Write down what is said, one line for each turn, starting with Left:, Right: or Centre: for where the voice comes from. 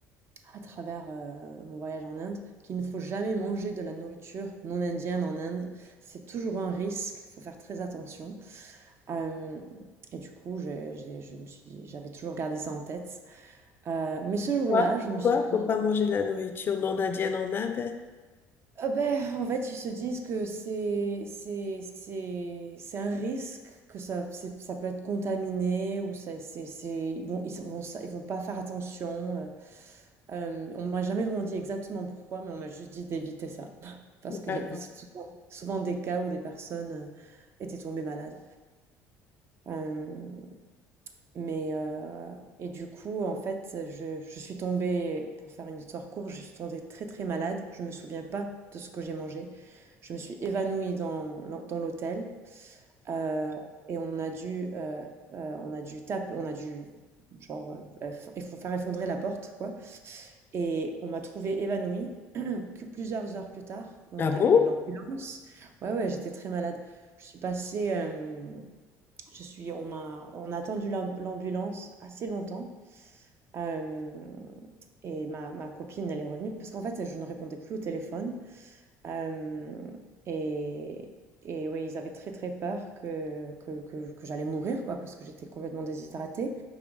Right: à travers euh, mon voyage en Inde, qu'il ne faut jamais manger de la nourriture non indienne en Inde. C'est toujours un risque, il faut faire très attention. Euh, et du coup, j'ai- j'ai- je me suis dit, j'avais toujours gardé ça en tête. Euh, mais ce jour-là,
Left: quoi?
Right: je
Left: Pourquoi?
Right: me suis
Left: Faut
Right: dit,
Left: pas manger de la nourriture non indienne en Inde?
Right: Ah ben, en fait, ils se disent que c'est c'est c'est c'est un risque que ça c'est- ça peut être contaminé ou ça c'est c'est ils vont ils vont ça- ils vont pas faire attention. euh. Euh, on m'a jamais vraiment dit exactement pourquoi, mais on m'a juste dit d'éviter ça <laughs> parce
Left: D'accord.
Right: qu'il y a eu souvent, souvent des cas où des personnes euh, étaient tombées malades. Euh, mais heu et du coup, en fait, je je suis tombée, pour faire une histoire courte, je suis tombée très, très malade. Je me souviens pas de ce que j'ai mangé. Je me suis évanouie dans l'hô dans l'hôtel, heu et on a dû, heu heu, on a dû tape on a dû genre, heu, eff il faut faire effondrer la porte, quoi et on m'a trouvée évanouie que plusieurs heures plus tard. On
Left: Ah
Right: a
Left: bon?
Right: appelé l'ambulance. Ouais, ouais, j'étais très malade. Je suis passée, hem, je suis on m'a on a attendu l'am l'ambulance assez longtemps Hem et ma ma copine, elle est revenue parce qu'en fait, je ne répondais plus au téléphone. Hem et et oui, ils avaient très, très peur que que que que j'allais mourir, quoi, parce que j'étais complètement déshydratée.